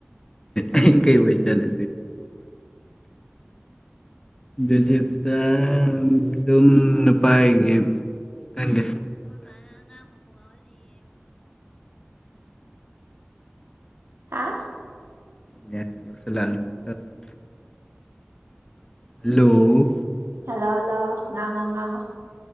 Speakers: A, on the left; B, on the right.
A: ꯑꯩ ꯀꯩ ꯑꯣꯏꯗꯅꯥ ꯖꯣꯁꯦꯞꯇ ꯑꯗꯨꯝ ꯅꯨꯄꯥꯒꯤ ꯈꯡꯗꯦ
B: ꯍꯥ
A: <unintelligible> <unintelligible>
B: ꯍꯥꯂꯣ ꯍꯂꯣ ꯉꯥꯡꯉꯣ ꯉꯥꯉꯣ